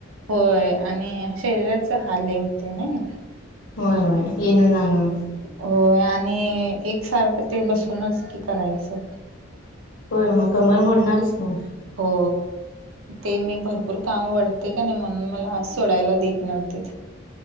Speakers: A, on the right (about 80°); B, on the left (about 80°).
A: होय आणि शरीराच हाल आहे इथे नाही.
B: होय होय येन जाण.
A: होय आणि एकसारखं ते बसूनच की करायचं.
B: प म कंमल मोडणारस का?
A: हो ते मी भरपूर काम वढते का नाही म्हणून मला सोडायला देत नव्हते.